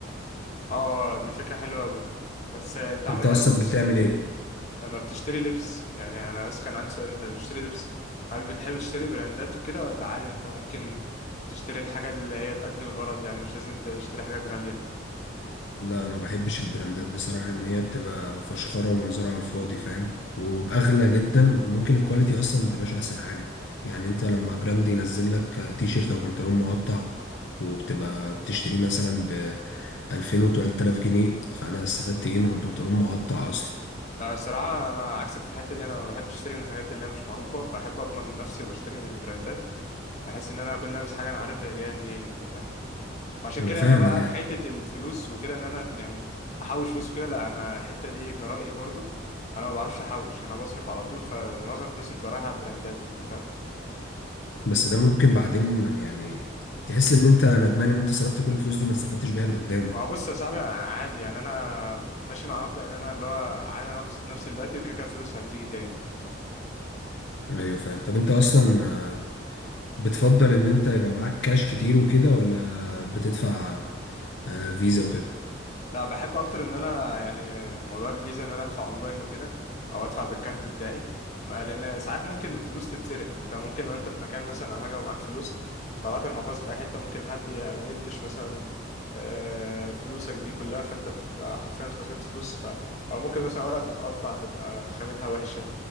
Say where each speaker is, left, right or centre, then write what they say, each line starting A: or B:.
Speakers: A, on the left (about 35°); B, on the left (about 60°).
A: اه دي فكرة حلوة قوي بس انت عامة
B: انت اصلا
A: بتشتري
B: بتعمل ايه
A: لما بتشتري لبس يعني انا بس كان عندي سؤال انت اللي بتشتري لبس هل بتحب تشتري براندات وكده ولا عادي انت ممكن تشتري الحاجة اللي هي تأدي الغرض يعني مش لازم تشتري حاجات غالية
B: لا ما بحبش البراندات بصراحة ان هي بتبقى فشخرة ومنظرها على الفاضي فاهم وبأغلى جدا وممكن الكواليتي اصلا ما تبقاش احسن حاجة يعني انت لما براند ينزل لك آه، تي شيرت او بنطلون مقطع وبتبقى بتشتريه مثلا ب 2000 و 3000 جنيه فانا استفدت ايه ما هو البنطلون مقطع اصلا
A: لا الصراحة أنا عكسك في الحتة دي أنا ما بحبش أشتري من الحاجات اللي هي مش معروفة بحب أضمن نفسي وبشتري من البراندات بحس إن أنا أكون لابس حاجة أنا عارف هي جاية منين أنت فاهم فعشان
B: انا
A: كده
B: فاهم
A: أنا بقى
B: لا
A: في حتة الفلوس وكده إن أنا يعني أحوش فلوس وكده لا أنا الحتة دي كرأيي برضو أنا ما بعرفش أحوش أنا بصرف على طول فمعظم فلوسي بتبقى رايحة على البراندات أنت فاهم
B: بس ده ممكن بعدين يعني تحس ان انت ندمان ان انت صرفت كل الفلوس دي وما استفدتش بيها لقدام
A: ما هو بص يا صاحبي أنا عادي يعني انا ماشي مع مبدأ ان انا اللي هو عادي انا ابسط نفسي دلوقتي وكده كده الفلوس هتيجي تاني انت فاهم
B: ايوه فاهم طب انت اصلا بتفضل ان انت يبقى معاك كاش كتير وكده ولا بتدفع آه، فيزا وكده
A: لا بحب اكتر ان انا يعني موضوع الفيزا ان انا ادفع اونلاين وكده او ادفع بالكارت بتاعي ما لان ساعات ممكن الفلوس تتسرق انت ممكن لو انت في مكان مثلا او حاجه ومعاك فلوس طلعت المحفظه في اي حته ممكن حد يعني ينتش مثلا آه، فلوسك دي كلها فانت تبقى حرفيا خسرت فلوس ف... او ممكن مثلا ورقه تتقطع تبقى خامتها وحشه